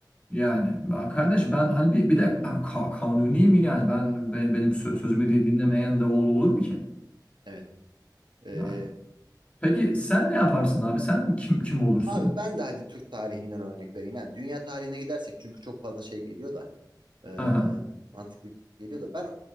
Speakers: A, on the left (about 15°); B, on the right (about 90°).
A: Yani ben- kardeş
B: yani.
A: ben hani bir, bir de ben ka- kanuniyim yani ben, be- benim sö-
B: Hı-hı.
A: sözümü di- dinlemeyen de ol- olur mu ki?
B: Evet. Ee,
A: Yani. Peki sen ne yaparsın abi? Sen kim kim olursun?
B: abi ben de hadi Türk tarihinden örnek vereyim. Yani dünya tarihine gidersek çünkü çok fazla şey geliyor da ee,
A: Aha.
B: mantıklı geliyor da ben